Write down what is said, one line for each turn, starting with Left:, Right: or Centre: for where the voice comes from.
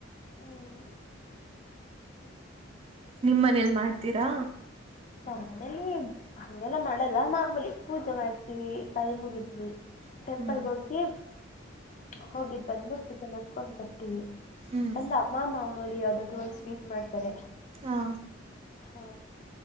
Left: ಹ್ಮ್
Right: ನಿಮ್ಮ್ ಮನೇಲ್ ಮಾಡ್ತೀರಾ
Left: ನಮ್ಮ ಮನೆಲಿ ಏನು ಹಂಗೆಲ್ಲಾ ಮಾಡಲ್ಲ ಮಾ ನಮ್ಮಲಿ ಪೂಜೆ ಮಾಡ್ತೀವಿ ಕೈ ಮುಗಿತೀವಿ
Right: ಹ್ಮ್
Left: ಟೆಂಪಲ್ಗೆ ಹೋಗಿ ಹೋಗಿದ್ದ್ ಬಂದು ಪೂಜೆ ಮಾಡ್ಕೊಂಡ್ ಬರ್ತೀವಿ
Right: ಹ್ಮ್
Left: ಬಂದ ಅಮ್ಮ ಮಾಮೂಲಿ ಯಾವ್ದಾದ್ರೂ ಒಂದು ಸ್ವೀಟ್ ಮಾಡ್ತಾರೆ
Right: ಹಾ
Left: ಹಾ